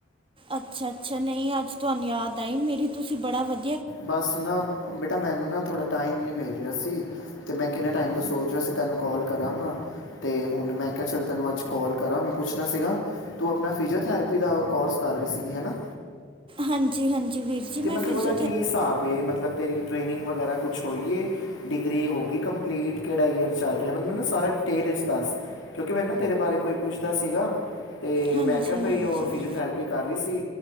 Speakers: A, on the right (about 30°); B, on the left (about 85°).
A: ਅੱਛਾ! ਅੱਛਾ! ਨਹੀਂ ਅੱਜ ਤੁਹਾਨੂੰ ਯਾਦ ਟਾਈਮ ਮੇਰੀ ਤੁਸੀਂ ਬੜਾ ਵਧ
B: ਬਸ ਨਾ, ਬੇਟਾ ਮੈਨੂੰ ਨਾ ਥੋੜ੍ਹਾ ਟਾਈਮ ਨਹੀਂ ਮਿਲ ਰਿਹਾ ਸੀ ਅਤੇ ਮੈਂ ਕਿੰਨੇ ਟਾਈਮ ਤੋਂ ਸੋਚ ਰਿਹਾ ਸੀ ਤੁਹਾਨੂੰ ਕੋਲ ਕਰਾਂਗਾ, ਅਤੇ ਹੁਣ ਮੈਂ ਕਿਹਾ ਚੱਲ ਤੈਨੂੰ ਅੱਜ ਕੋਲ ਕਰਾਂ ਮੈਂ ਪੁੱਛਣਾ ਸੀਗਾ, ਤੂੰ ਆਪਣਾ ਫਿਜੀਓਥੈਰੇਪੀ ਦਾ ਕੋਰਸ ਕਰ ਰਹੀ ਸੀਗੀ ਹੈ ਨਾ,
A: ਹਾਂਜੀ, ਹਾਂਜੀ, ਵੀਰ ਜੀ ਮੈਂ
B: ਤੇ ਮਤਲਬ
A: ਫਿਰਜ਼
B: ਉਹਦਾ ਕੀ ਹਿਸਾਬ ਏ, ਮਤਲਬ ਤੇਰੀ ਟ੍ਰੇਨਿੰਗ ਵਗੈਰਾ ਕੁਛ ਹੋਈਏ ਡਿਗਰੀ ਹੋ ਗਈ ਕੰਪਲੀਟ, ਕਿਹੜਾ ਈਅਰ ਚੱਲ ਰਿਹਾ ਮਤਲਬ ਮੈਨੂੰ ਸਾਰਾ ਡਿਟੇਲ ਵਿੱਚ ਦੱਸ, ਕਿਉਂਕਿ ਮੈਨੂੰ ਨਾ ਤੇਰੇ ਬਾਰੇ ਕੋਈ ਪੁੱਛਦਾ ਸੀਗਾ। ਤੇ
A: ਹਾਂਜੀ
B: ਮੈਂ ਕਿਹਾ ਬਈ
A: ਹਾਂਜੀ
B: ਉਹ ਫਿਜ਼ਓਥਰੇਪੀ ਕਰ ਰਹੀ ਸੀ,